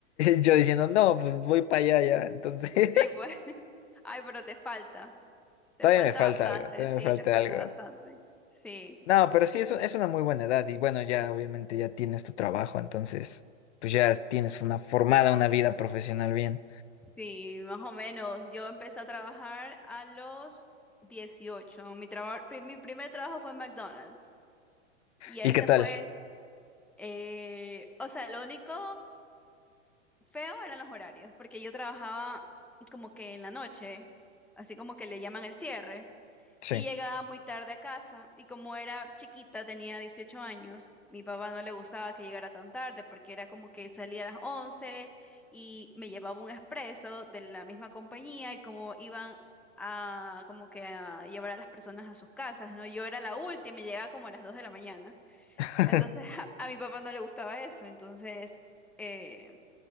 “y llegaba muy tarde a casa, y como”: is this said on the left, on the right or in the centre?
Centre